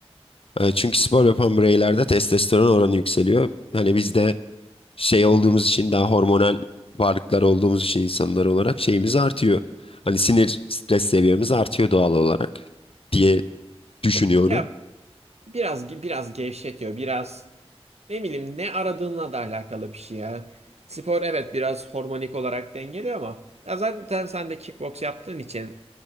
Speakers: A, on the left; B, on the right.
A: E, Çünkü spor yapan bireylerde testosteron oranı yükseliyor. Hani biz de şey olduğumuz
B: Hı hı.
A: için daha hormonal varlıklar olduğumuz için insanlar olarak şeyimiz artıyor. Hani sinir stres seviyemiz artıyor doğal olarak diye düşünüyorum.
B: Ya biraz biraz gevşetiyor biraz Ne bileyim ne aradığınla da alakalı bir şey ya. Spor evet biraz hormonik olarak dengeliyor ama ya zaten sen de kickbox yaptığın için